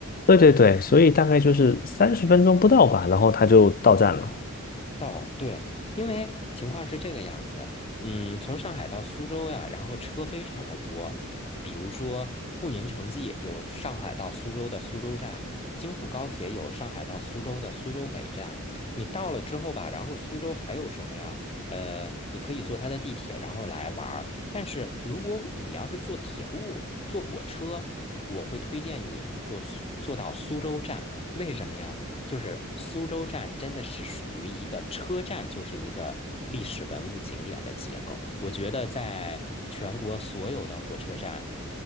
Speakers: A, on the left (about 45°); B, on the left (about 30°).
A: 对对对，所以大概就是三十分钟不到吧，然后他就到站了。
B: 对，不到到对，因为情况是这个样子，嗯，从上海到苏州呀，然后车非常的多，比如说沪宁城际有上海到苏州的苏州站，京沪高铁有上海到苏州的苏州北站。你到了之后吧，然后苏州还有什么呀？呃，你可以坐它的地铁，然后来玩儿。但是如果你要是坐铁路、坐火车，我会推荐你坐苏坐到苏州站，为什么呀？就是苏州站真的是属于一个车站，就是一个历史文物景点的结构。我觉得在全国所有的火车站，